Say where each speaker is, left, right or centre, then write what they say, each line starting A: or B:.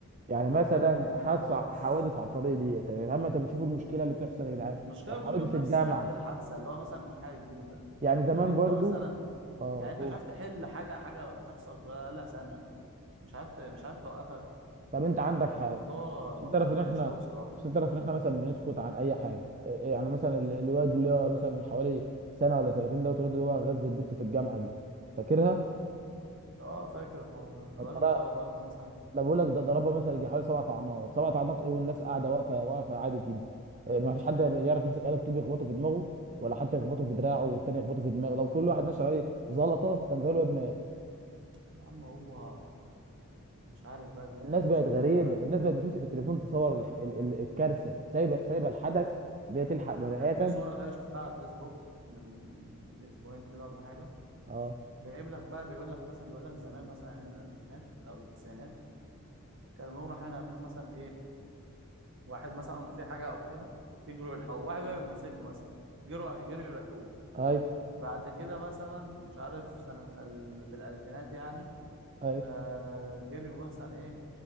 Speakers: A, on the right; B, on the right.
A: يعني
B: الموضوع
A: مثلا
B: فلت مننا
A: حادثه
B: خالص
A: حوادث على الطريق دي طب يا عم انت بتشوفوا المشكله اللي بتحصل يا جدعان
B: المشكلة
A: حوادث
B: كل يوم نفس
A: الجامعه
B: شكل الحادثة اللي هو مثلا مش حاجة جديدة
A: يعني زمان
B: طب أنت
A: برضو
B: مثلا
A: اه
B: يعني انت مش عارف تحل حاجه حاجه بتحصل بقالها سنه مش عارف ت- مش عارف توقفها
A: طب انت عندك
B: يعني
A: حاجه
B: الموضوع الموضوع
A: عشان تعرف ان
B: وحش
A: احنا
B: قوي بصراحه
A: عشان تعرف ان احنا مثلا بنسكت عن اي حاجه إيه- إيه، يعني مثلا ال- الواد اللي هو مثلا من حوالي سنه ولا سنتين دوت الواد اللي هو غز البت في الجامعه دي فاكرها؟
B: اه فاكر الحوار ده ده
A: طب
B: بقاله
A: مرة-
B: اه بقاله كام سنه
A: ده بقول لك ده ضربها مثلا يجي حوالي سبع طعنات سبع طعنات ايه والناس قاعده واقفه واقفه عادي كده إيه، ما فيش حد يعرف يمسك قلب طوب يخبطه في دماغه ولا حتى يخبطه في دراعه والتاني يخبطه في دماغه لو كل واحد نشر عليه زلطه كان زي الواد مايل
B: يا عم هو مش عارف بقى الدنيا
A: الناس
B: هتمشي
A: بقت غريبه
B: ازاي يا
A: الناس بقت بتمسك التليفون تصور الح- ال- ال- الكارثه سايبه سايبه الحدث اللي هي تلحق بني
B: عم كانت
A: ادم
B: في صوره كده شفتها على الفيسبوك من من اسبوعين كده ولا حاجه
A: اه
B: جايب لك بقى بيقول لك مثلا بيقول لك زمان مثلا ايام الالفينات او التسعينات كانوا بيقولوا رايحين عاملين مثلا ايه واحد مثلا في حاجه او كده يجروا يلحقوه واحد بقى بالموتوسيكل مثلا جروا جروا يلحقوه
A: ايوه
B: بعد كده مثلا مش عارف سنة ال... في الألفينات يعني
A: ايوه
B: آه جريوا مثلا إيه